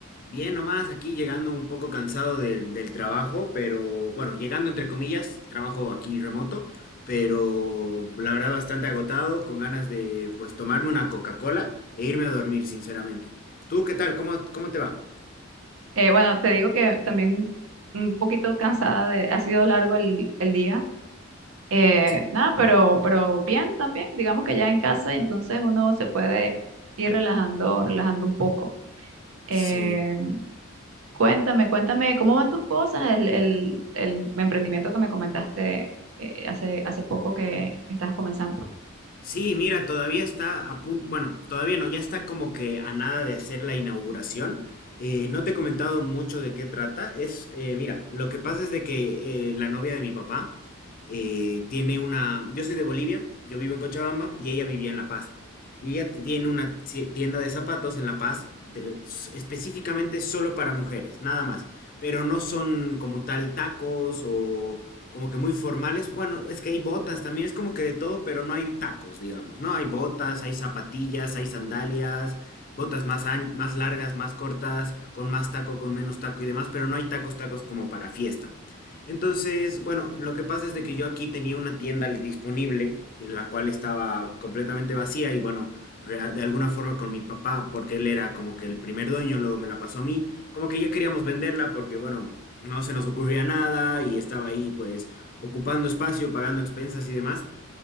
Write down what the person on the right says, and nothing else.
Eh, bueno, te digo que también un poquito cansada de, ha sido largo el, el día. Eh,
nada, pero, pero bien también, digamos que ya en casa, entonces uno se puede ir relajando, relajando un poco. Eh,
cuéntame, cuéntame, ¿cómo van tus cosas? El, el, el emprendimiento que me comentaste eh, hace, hace poco que, que estás comenzando.